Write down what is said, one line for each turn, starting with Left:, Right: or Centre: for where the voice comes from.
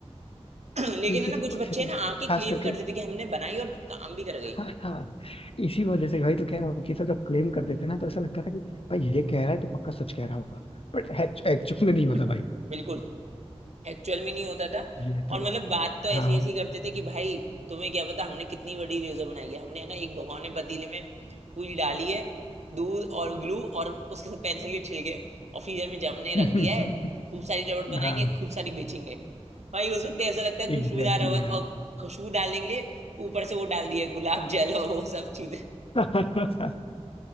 Right: <clears throat> लेकिन
Left: ये
Right: है
Left: ये
Right: ना
Left: सब
Right: कुछ बच्चे
Left: ये सब
Right: ना आके
Left: खास
Right: क्लेम
Left: करके
Right: करते थे कि हमने बनाई और काम भी कर गई
Left: हाँ हाँ इसी वजह से भाई तो कह रहा हूँ कि ये सब जब क्लेम करते थे ना तो ऐसा लगता था कि भाई ये कह रहा है तो पक्का सच कह रहा होगा बट एक्चुअल में नहीं
Right: <clears throat>
Left: होता भाई
Right: बिल्कुल एक्चुअल में नहीं होता था
Left: ये
Right: और
Left: तो
Right: मतलब बात तो ऐसी
Left: हाँ
Right: ऐसी करते थे कि भाई तुम्हें क्या पता हमने कितनी बड़ी रेजर बनाई है हमने है ना एक भगोने पतीले में पूरी डाली है दूध और ग्लू और उसके साथ पेंसिल के छिलके और फ्रीजर में जमने
Left: <laughs>
Right: रख दिया है खूब सारी रबड़ बनाएंगे
Left: हाँ
Right: खूब सारी बेचेंगे भाई उस वक्त ऐसा लगता है खुशबूदार
Left: एग्जैक्टली
Right: रबड़
Left: यार
Right: और खुशबू डालने के लिए ऊपर से वो डाल दिया गुलाब जल और वो सब चीजें
Left: <laughs>